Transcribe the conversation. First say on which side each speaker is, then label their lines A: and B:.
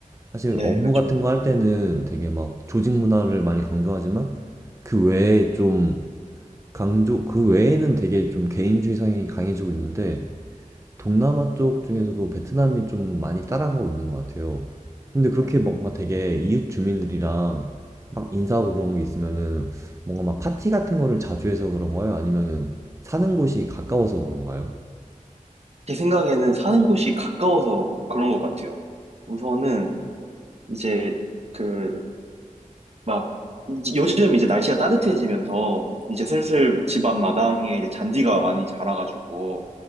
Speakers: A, on the right; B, on the right.
A: 사실
B: 네,
A: 업무
B: 그쵸.
A: 같은 거 할 때는 되게 막 조직 문화를 많이 강조하지만 그 외에 좀 강조 그 외에는 되게 좀 개인주의 성향이 강해지고 있는데 동남아 쪽 중에서도 베트남이 좀 많이 따라가고 있는 것 같아요. 근데 그렇게
B: 음,
A: 막 뭔가 되게 이웃 주민들이랑 막 인사하고 그런 게 있으면은 뭔가 막 파티 같은 거를 자주 해서 그런가요? 아니면은 사는 곳이 가까워서 그런가요?
B: 제 생각에는 사는 곳이 가까워서 그런 것 같아요. 우선은 이제 그, 막, 요즘 이제 날씨가 따뜻해지면서 이제 슬슬 집 앞 마당에 이제 잔디가 많이 자라가지고